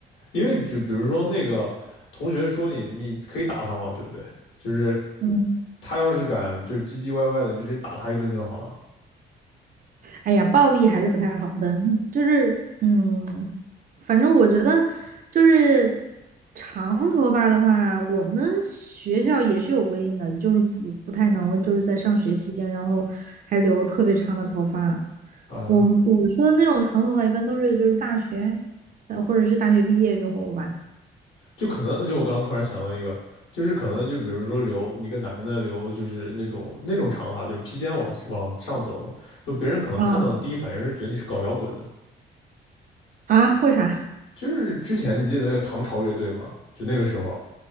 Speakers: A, on the left (about 80°); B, on the right (about 45°).
A: 因为就比如说那个同学说你，你可以打他嘛，对不对？就是
B: 嗯。
A: 他要是敢就是唧唧歪歪的，你就直接打他一顿就好了
B: 哎呀，暴力还是不太好的，就是嗯，反正我觉得就是长头发的话，我们学校也是有规定的，就是不不太能就是在上学期间，然后还留特别长的头发。
A: 啊。
B: 我我说的那种长头发，一般都是就是大学，呃或者是大学毕业之后吧。
A: 就可能就我刚刚突然想到一个，就是可能就比如说留一个男的留就是那种那种长发，就是披肩往往上走的，就别人可能看到你第一反应是觉得你是搞摇滚的，
B: 啊啊，为啥？
A: 就是之前你记得那个唐朝乐队吗？就那个时候